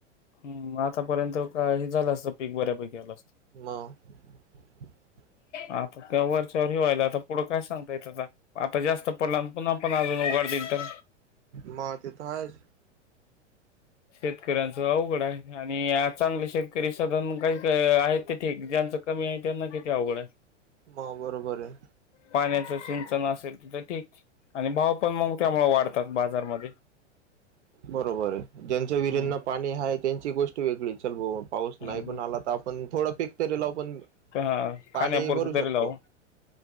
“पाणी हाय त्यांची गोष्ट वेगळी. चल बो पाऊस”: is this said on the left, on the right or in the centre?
Right